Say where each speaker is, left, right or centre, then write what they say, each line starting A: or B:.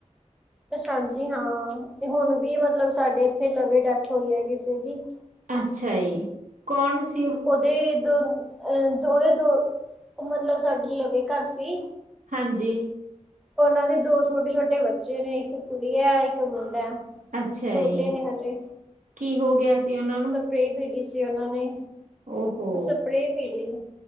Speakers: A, in the centre; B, on the right.
A: ਹਾਂਜੀ ਹਾਂ, ਹੁਣ ਵੀ ਮਤਲਬ ਸਾਡੇ ਇੱਥੇ ਲਵੇ ਡੈਥ ਹੋਈ ਐ ਕਿਸੇ ਦੀ।
B: ਅੱਛਾ ਜੀ ਕੌਣ ਸੀ ਓ?
A: ਓਦੇ ਦੋ ਅਹ ਦੋ ਓਦੇ ਦੋ ਮਤਲਬ ਸਾਡੇ ਲਵੇ ਘਰ ਸੀ।
B: ਹਾਂਜੀ।
A: ਉਹਨਾਂ ਦੇ ਦੋ ਛੋਟੇ ਛੋਟੇ ਬੱਚੇ ਨੇ ਇੱਕ ਕੁੜੀ ਐ ਇੱਕ ਮੁੰਡਾ।
B: ਅੱਛਾ
A: ਛੋਟੇ
B: ਜੀ
A: ਨੇ ਹਜੇ।
B: ਕੀ ਹੋ ਗਿਆ ਸੀ ਉਹਨਾਂ ਨੂੰ?
A: ਸਪਰੇ ਪੀ ਲੀ ਸੀ ਉਹਨਾਂ ਨੇ।
B: ਓ ਹੋ
A: ਸਪਰੇਅ ਪੀ ਲਈ